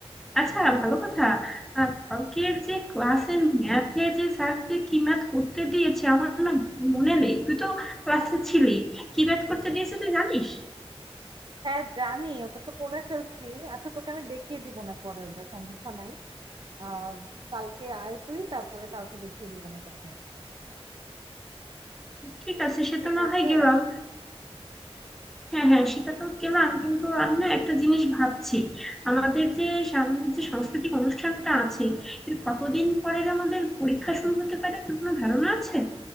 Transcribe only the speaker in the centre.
আচ্ছা ভালো কথা আহ, কালকের যে ক্লাসের ম্যাথে যে স্যার যে কি ম্যাথ করতে দিয়েছে আমার না মনে নেই তুই তো ক্লাসে ছিলি কি ম্যাথ করতে দিয়েছে তুই জানিস
ঠিক আছে সে
তো না
হয় গেলাম হ্যাঁ হ্যাঁ সেটা তো গেলাম কিন্তু আমি না একটা জিনিস ভাবছি আমাদের যে সামনের যে সাংস্কৃতিক অনুষ্ঠানটা আছে এর কতদিন পরের আমাদের পরীক্ষা শুরু হতে পারে তোর কোনো ধারণা আছে